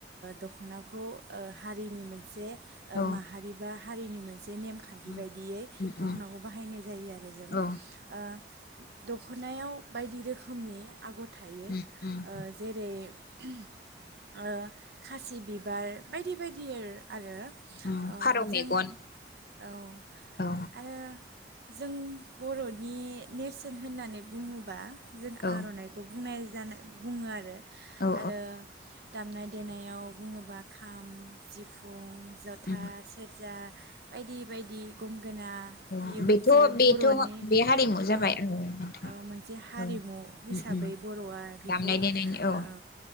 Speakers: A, on the right; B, on the left.
A: दख'नाखौ ओ हारिनि मोनसे
B: औ
A: ओ माहारि बा हारिनि मोन से नेम
B: उम
A: खान्थि बायदियै
B: उम उम
A: दख'नाखौ बाहायनाय जायो आरो जों
B: औ
A: ओ दख'नायाव बायदि रोखोमनि आगर थायो
B: उम उम
A: ओ जेरै ओ खासि बिबार बायदि बायदि आरो आरो
B: उम
A: ओ
B: फारौ
A: जों
B: मेगन
A: औ
B: औ
A: आरो जों बर'नि नेरसोन होननानै बुङोबा जों
B: औ
A: आर'नाइखौ बुंनाय जानाय बुङो आरो
B: औ
A: आरो दामनाय देनायाव बुङोबा खाम सिफुं जथा
B: उम
A: सेरजा बायदि बायदि गं गोना
B: औ
A: बियो
B: बेथ'
A: मोनसे से
B: बेथ'
A: बर'नि
B: बे हारिमु जाबाय
A: औ
B: नोंथां
A: औ मोनसे हारिमु
B: औ उम
A: हिसाबै
B: उम
A: बर'आ बेखौ
B: दामनाय देनायनि औ
A: ओ